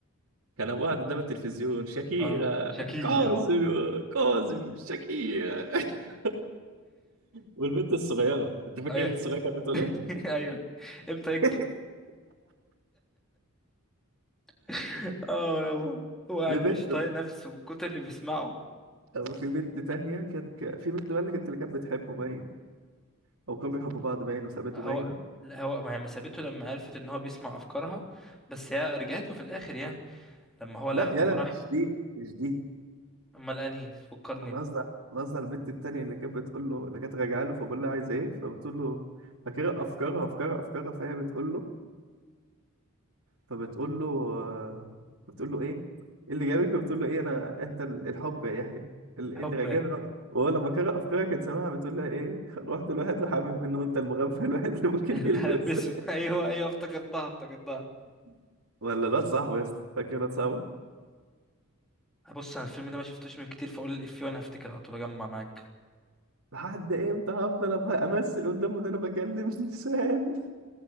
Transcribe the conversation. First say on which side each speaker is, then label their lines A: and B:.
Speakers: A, on the right; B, in the centre.
A: كان ابو قاعد قدام التلفزيون شاكيرا
B: اه شكي
A: كاظم
B: اه
A: كاظم شاكيرا <laughs> والبنت الصغيره انت فاكر
B: ايوه
A: البنت الصغيره كانت بتقول ايه؟
B: <laughs> ايوه امتى
A: <laughs>
B: يكبر <laughs> اه يابا هو قاعد
A: البنت
B: مش طايق نفسه من كتر اللي بيسمعه
A: طب في بنت تانية كانت ك... في بنت بقى اللي كانت اللي كانت بتحبه باين أو كانوا بيحبوا بعض باين وسابته
B: هو
A: باين
B: لا، هو ما هي ما سابته لما عرفت ان هو بيسمع افكارها بس هي رجعت له في الاخر يعني لما هو لغ...
A: لا يلا
B: لما راح
A: مش دي مش دي
B: امال انهي فكرني
A: أنا قصدي أنا قصدي على البنت التانية اللي كانت بتقول له اللي كانت راجعة له فبقول لها عايزة إيه فبتقول له فاكرة أفكارها أفكارها أفكارها فهي بتقول له فبتقول له آه، بتقول له إيه إيه اللي جابك فبتقول له إيه أنا أنت ال- الحب يا يحيى ال-
B: حب
A: إيه اللي راجعني وهو لما قرأ أفكارها كان سامعها بتقول لها إيه <laughs> رحت لواحد وحامل منه وأنت المغفل الواحد اللي ممكن
B: اللي
A: يلبس
B: هلبسه <laughs> ايوه ايوه افتكرتها افتكرتها
A: <laughs> ولا الواد صاحبه يا اسطى فاكر الواد صاحبه
B: بص انا الفيلم ده ما شفتوش من كتير فاقول الافيه وانا هفتكر على طول اجمع معاك
A: لحد امتى هفضل أم- امثل قدامه ان انا بكلم <laughs> انسان